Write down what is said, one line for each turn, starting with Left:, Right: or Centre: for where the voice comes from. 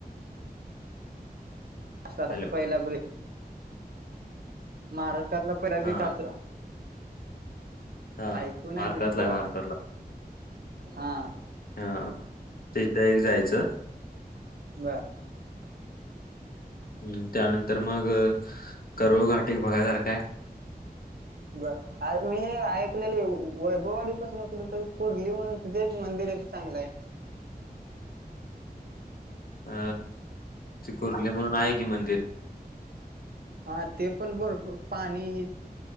Right: ष्ट
Left: हॅलो
Right: पहिला महाराष्ट्रातला
Left: हा
Right: <inaudible>
Left: हा
Right: ऐकून
Left: भारतातला
Right: मी तो
Left: आहे भारतातला
Right: हा
Left: हा तिथ एक जायचं
Right: ब
Left: हम्म त्यानंतर मग करुळ घाट एक बघायसारखा आहे
Right: बर आ मी ऐकलेली वैभववाडीपासून कुठतर कुर्ली म्हणून तिथे एक मंदिर आहे चांगलं आहे
Left: अ त कुर्ली म्हणून आहे की मंदिर
Right: हा ते पण भरपूर पाणी हि